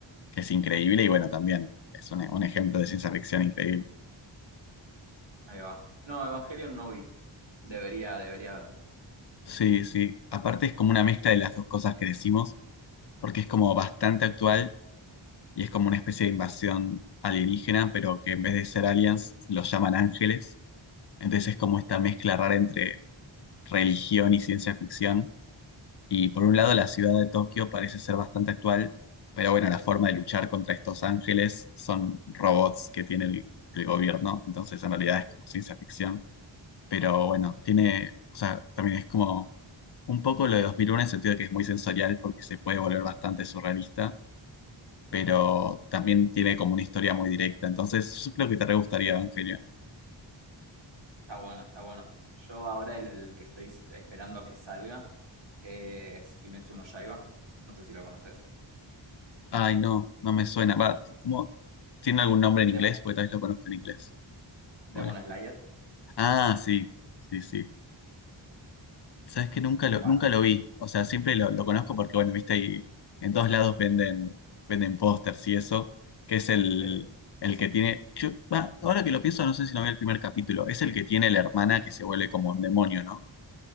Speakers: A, on the left; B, on the right.
A: que es increíble y bueno, también es un, un ejemplo de ciencia ficción increíble.
B: Ahí va. No, Evangelion no vi. Debería, debería verlo.
A: Sí, sí, aparte es como una mezcla de las dos cosas que decimos, porque es como bastante actual y es como una especie de invasión alienígena, pero que en vez de ser aliens los llaman ángeles, entonces es como esta mezcla rara entre religión y ciencia ficción Y por un lado, la ciudad de Tokio parece ser bastante actual, pero bueno, la forma de luchar contra estos ángeles son robots que tiene el, el gobierno, entonces en realidad es como ciencia ficción. Pero bueno, tiene, o sea, también es como un poco lo de 2001 en el sentido de que es muy sensorial porque se puede volver bastante surrealista, pero también tiene como una historia muy directa. Entonces, yo creo que te re gustaría Evangelion.
B: Está bueno, está bueno. Yo ahora el que estoy esperando que salga es Kimetsu no Yaiba. No sé si lo conoces.
A: Ay, no, no me suena. Va, ¿cómo? ¿Tiene algún nombre
B: Demon,
A: en inglés? Porque tal vez lo conozco en inglés.
B: Demon
A: Bueno,
B: Slayer.
A: ah, sí, sí, sí. Sabes que nunca lo,
B: Bueno,
A: nunca lo vi. O sea, siempre lo, lo conozco porque, bueno, viste, ahí en todos lados venden, venden pósters y eso, que es el,
B: sí,
A: el que tiene. Yo, va, ahora que lo pienso, no sé si no vi el primer capítulo. Es el que tiene la hermana que se vuelve como un demonio, ¿no?